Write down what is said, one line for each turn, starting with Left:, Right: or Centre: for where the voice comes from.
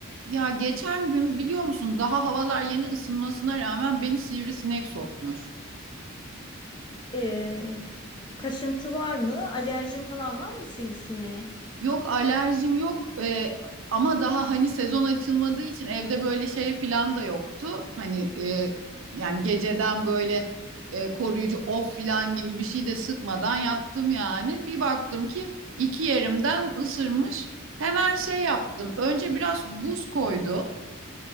Right: Ya geçen gün biliyor musun daha havalar yeni ısınmasına rağmen beni sivrisinek sokmuş.
Left: Ee, kaşıntı var mı? Alerjin falan var mı sivrisineğe?
Right: Yok alerjim yok e, ama daha hani sezon açılmadığı için evde böyle şey filan da yoktu. Hani e, yani geceden böyle e, koruyucu of filan gibi bir şey de sıkmadan yattım yani. Bir baktım ki iki yerimden ısırmış. Hemen şey yaptım. Önce biraz buz koydu.